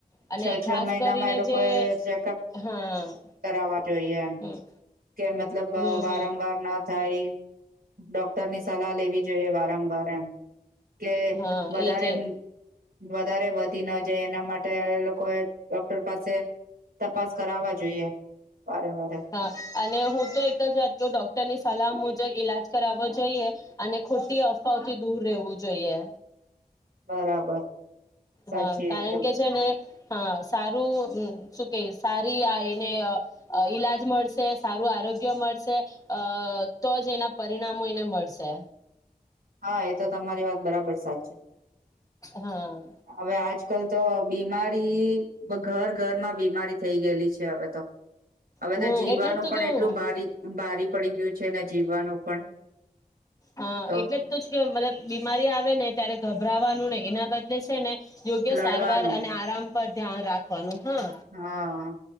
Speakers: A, on the left; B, on the right.
A: અને
B: છ
A: ખાસ
B: છ મહિનામાં
A: કરીને
B: એ લોકો
A: જે
B: એ ચેકઅપ
A: હા
B: કરાવવા જોઈએ, એમ
A: હમ
B: કે મતલબ
A: હમ
B: વારંવાર
A: હમ
B: ન થાય ડોક્ટરની સલાહ લેવી જોઈએ વારંવાર એમ કે
A: હા
B: વધારે
A: એજ એજ
B: એમ વધારે વધી ન જાય એના માટે લોકો એ ડોક્ટર પાસે તપાસ કરાવવા જોઈએ વારે વારે
A: હા અને હું તો એક જ વાત ડોક્ટર ની સલામ ઈલાજ કરાવો જોઈએ અને ખોટી અફવાઓથી દૂર રહેવું જોઈએ
B: બરાબર સાચી
A: હા કારણ
B: એકદમ
A: કે છે ને હા સારું શું કે સારી આ એને ઈલાજ મળશે સારું આરોગ્ય મળશે અ તો જ એના પરિણામો એને મળશે
B: હા એ તો તમારી વાત બરાબર સાચી
A: હા
B: હવે આજકાલ તો બીમારી ઘર ઘરમાં બીમારી થઈ ગયેલી છે, હવે તો હવે
A: હમ
B: તો જીવવાનું
A: એટલે જ તો
B: પણ
A: કેવું
B: એટલું બારી પડી ગયું છે ને જીવવાનું પણ
A: હા
B: તો
A: એટલે કે મતલબ બીમારી આવે ને ત્યારે ગભરાવાનું ને એના બદલે છે ને યોગ્ય
B: લડવાનું
A: સારવાર અને આરામ પર ધ્યાન રાખવાનું હા
B: હા